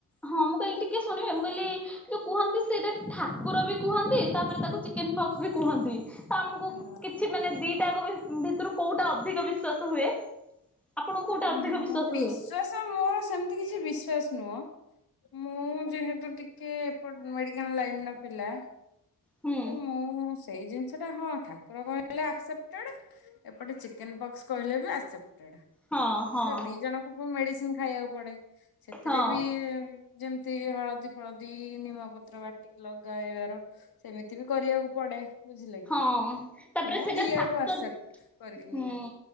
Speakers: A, in the centre; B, on the left.
A: ହଁ ମୁଁ କହିଲି ଟିକେ ଶୁଣିବେ ମୁଁ କହିଲି ଯୋଉ କୁହନ୍ତି ସେଇଟା ଠାକୁର ବି କୁହନ୍ତି ତାପରେ ତାକୁ ଚିକେନ ପକ୍ସ ବି କୁହନ୍ତି। ତ ଆମକୁ
B: ହଁ
A: କିଛି ମାନେ ଦିଇ ତାଙ୍କ ଭି-ଭିତୁରୁ କୋଉଟା ଅଧିକ ବିଶ୍ଵାସ ହୁଏ? ଆପଣଙ୍କୁ କୋଉଟା ଅଧିକ
B: ହୁ ବିଶ୍ଵାସ
A: ହୁଏ?
B: ମୋର ସେମିତି କିଛି ବିଶ୍ଵାସ ନୁହଁ। ମୁଁ ଯେହେତୁ ଟିକେ ଏପଟ ମେଡିକାଲ ଲାଇନ ର ପିଲା
A: ହୁଁ
B: ତ ମୁଁ-ସ ସେଇ ଜିନିଷଟା ହଁ ଠାକୁର କହିଲେ ଆକ୍ସେପ୍ଟେଡ୍। ଏପଟେ ଚିକେନ ପକ୍ସ କହିଲେ ବି ଆକ୍ସେପ୍ଟେ। ଟେଡ଼।
A: ହଁ ହଁ
B: ସେ ଦି ଜଣଙ୍କୁ ମେଡିସିନ ଖାଇବାକୁ ପଡେ ସେଥିରେ
A: ହଁ
B: ବି ଯେମତି ହଳଦୀ, ଫଳଦୀ, ନିମ ପତ୍ର ବାଟିକି ଲଗାଇବାର ସେମିତି ବି କରିବାକୁ ପଡେ। ବୁଝିଲେ କି
A: ହଁ ତାପରେ
B: ମୁଁ
A: ସେଇଟା
B: ଦି
A: ସାତ
B: ଆଡୁ ଆସେପ୍ଟ କରିକି
A: ହୁଁ
B: ନିଏ।